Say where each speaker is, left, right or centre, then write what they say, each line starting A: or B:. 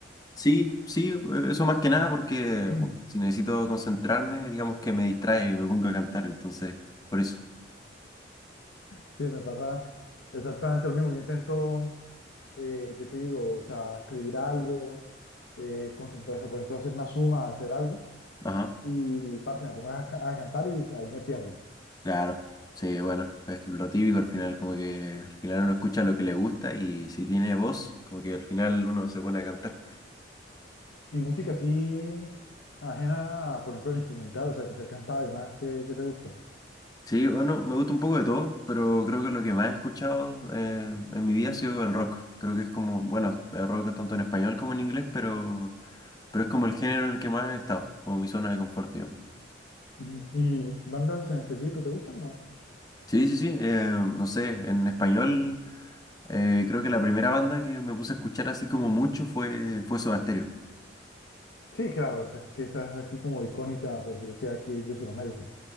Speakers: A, on the left (about 20°); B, on the left (about 75°).
A: Sí, sí, e, eso más que nada porque
B: <clears throat>
A: uh, si necesito concentrarme, digamos que me distrae y me pongo a cantar, entonces, por eso.
B: Sí, me pasa exactamente lo mismo. Yo intento, eh, ¿qué te digo? O sea, escribir algo, eh, concentrarse, por ejemplo, hacer una suma, hacer algo,
A: Ajá,
B: y parce, me pongo a, ca- a cantar y ahí me pierdo.
A: claro. Sí, bueno, es que lo típico al final, como que al final uno escucha lo que le gusta y si tiene voz, como que al final uno se pone a cantar.
B: Y música así ajena a, por ejemplo, el instrumental, o sea, que sea cantada, además, ¿qué, qué te gusta?
A: Sí, bueno, me gusta un poco de todo, pero creo que lo que más he escuchado eh, en mi vida ha sido el rock. Creo que es como, bueno, el rock tanto en español como en inglés, pero, pero es como el género en el que más he estado, como mi zona de confort,
B: Ujú. ¿Y bandas en específico te gustan? No.
A: Sí, sí, sí, eh, no sé, en español eh, creo que la primera banda que me puse a escuchar así como mucho fue, fue Soda Stereo.
B: Sí, claro, es es que esa es aquí como icónica, por decirlo así, aquí de Sudamérica.